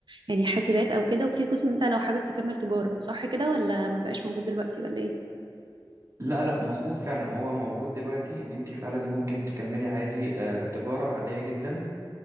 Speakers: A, on the right; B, on the right.
A: يعني حاسبات او كده وفي قسم انت لو حابب تكمل تجاره صح كده ولا ما بقاش موجود دلوقتي ولا ايه
B: لا لا مظبوط فعلا هو موجود دلوقتي ان انت فعلا ممكن تكملي عادي آه، تجارة عادية جدا